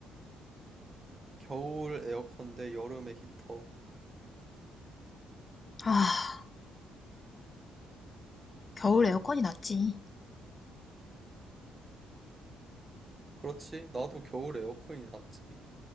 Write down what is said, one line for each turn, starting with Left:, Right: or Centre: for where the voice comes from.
Right: 겨울 에어컨 대 여름의 히터.
Left: 아 겨울 에어컨이 낫지.
Right: 그렇지? 나도 겨울 에어컨이 낫지.